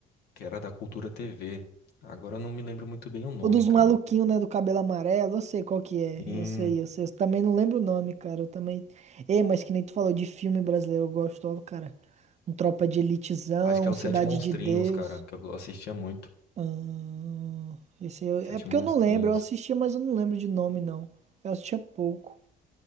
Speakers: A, on the left (about 75°); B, on the right (about 40°).
A: que era da Cultura TV. Agora eu não me lembro muito bem o nome,
B: O dos
A: cara.
B: maluquinhos, né? Do cabelo amarelo. Eu sei qual que é.
A: Sim,
B: Eu sei, eu sei. Eu também não lembro o nome, cara. Eu também. É, mas que nem tu falou de filme brasileiro. Eu gosto, ó, cara. Um Tropa de Elitezão,
A: acho que é o
B: Cidade
A: Sete Monstrinhos,
B: de Deus.
A: cara, que eu assistia muito.
B: Ah, esse aí eu- é
A: Sete
B: porque
A: Monstrinhos.
B: eu não lembro, eu assistia, mas eu não lembro de nome, não. Eu assistia pouco.